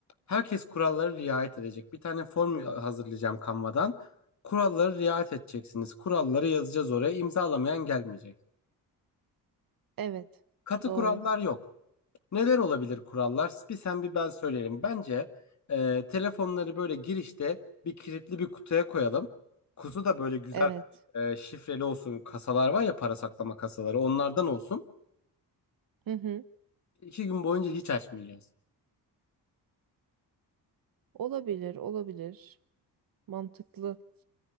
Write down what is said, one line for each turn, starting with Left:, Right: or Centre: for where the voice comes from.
Left: herkes kurallara riayet edecek. Bir tane form hazırlayacağım Canva'dan. Kurallara riayet edeceksiniz. Kuralları yazacağız oraya. İmzalamayan gelmeyecek.
Right: Evet.
Left: Katı
Right: Doğru.
Left: kurallar yok. Neler olabilir kurallar? Bir sen bir ben söyleyelim. Bence e, telefonları böyle girişte bir kilitli bir kutuya koyalım. Kutu da böyle güzel
Right: Evet.
Left: e, şifreli olsun. Kasalar var ya para saklama kasaları. Onlardan olsun.
Right: Hı hı.
Left: İki gün boyunca hiç açmayacağız.
Right: Olabilir, olabilir. Mantıklı.